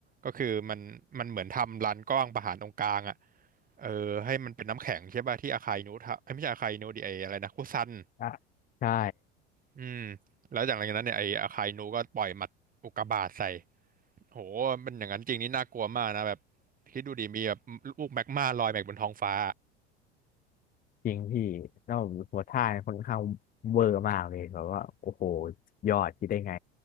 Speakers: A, on the right; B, on the left.
A: ก็คือมันมันเหมือนทำลานกว้างประหารตรงกลางอ่ะเออให้มันเป็นน้ำแข็งใช่ป่ะที่อาคายนูทะเอ้ยไม่ใช่อาคายนูดิไออะไรนะคุซัน
B: ใช่ใช่
A: อืมแล้วจากนั้นเนี่ยไออาคายนูก็ปล่อยหมัดอุกกาบาตใส่โหมันอย่างนั้นจริงนี่น่ากลัวมากนะแบบคิดดูดิมีแบบลูกแมกมาลอยมาบนท้องฟ้า
B: จริงพี่ แล้วหัวท่าเนี่ยค่อนข้างเวอร์มากเลยแบบว่าโอ้โหยอดคิดได้ไง